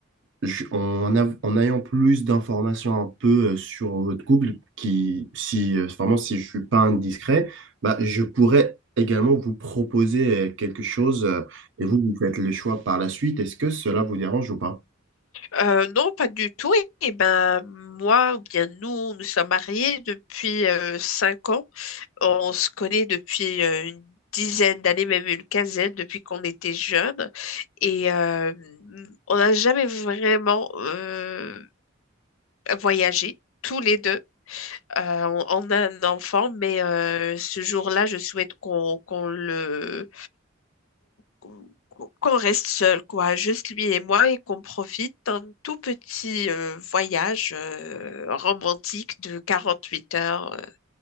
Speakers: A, on the right; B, on the left.
A: je- en, av- en ayant plus d'informations un peu euh, sur votre couple, qui, si, euh, vraiment, si je suis pas indiscret, bah, je pourrais également vous proposer euh, quelque chose euh, et vous, vous faites le choix par la suite. Est-ce que cela vous dérange ou pas?
B: Euh, non, pas du tout. Et, ben, moi, ou bien nous, nous sommes mariés depuis euh, cinq ans. On se connaît depuis euh, une dizaine d'années, même une quinzaine, depuis qu'on était jeunes. Et euh, on n'a jamais vraiment euh, voyagé, tous les deux. Euh, on, on a un enfant, mais euh, ce jour-là, je souhaite qu'on qu'on le qu'on qu'on reste seul, quoi, juste lui et moi, et qu'on profite d'un tout petit euh, voyage euh, romantique de 48 heures, euh,